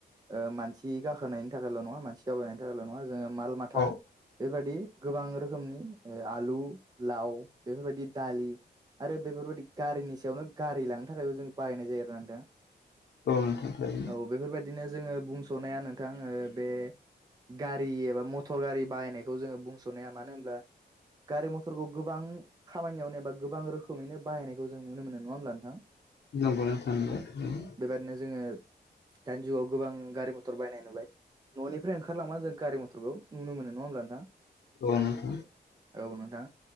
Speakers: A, on the right; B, on the left.
A: ओ मानसि गाखोनायनि थाखायल' नङा मानसि आवबायनायनिल' नङा जो माल माथा
B: औ
A: बेबादि गोबां रोखोमनि आलु, लाव बेफोरबायदि दालि, आरो बेफोरबायाददि गारिनि सायावनो गारि लांनो थाखायबो जों बाहायनाय जायो आरोना नोंथां
B: औ नोंथां थारैनो
A: औ बेफोरबायदिनो जोङो बुंस'नाया नोंथां बे गारि एबा मथर गारि बाहायनायखौ जोङो बुंस'नाया मानो होनब्ला गारि मथरखौ गोबां खामानियावनो एबा गोबां रोखोमैनो बाहायनायखौ जों नुनो मोनो नङा होमब्ला नोंथां
B: नंगौ नोंथां नंगौ
A: ओनो जोङो दानि जुगाव गोबां गारि मथर बायनाय नुबाय न'निफ्राय ओंखारलांङा जों गारि मथरखौ नुनो मोनो नङा होमब्ला नोंथां
B: औ नंगौ
A: औ नोंथां